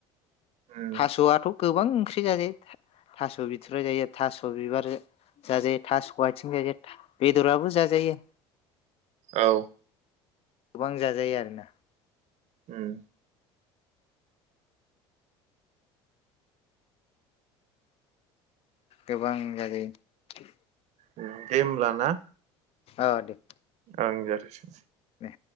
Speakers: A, on the right (about 55°); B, on the left (about 45°).
A: उम
B: थास'आथु गोबां ओंख्रि जाजायो था-थास' बिथुराय जायो थास' बिबार जाजायो थास' आथिं जाजायो बेदराबो जाजायो।
A: औ
B: गोबां जाजायो आरोना।
A: उम
B: गोबां जाजायो।
A: उम दे होमला ना।
B: ओ दे।
A: आं जाथो <unintelligible> सै
B: दे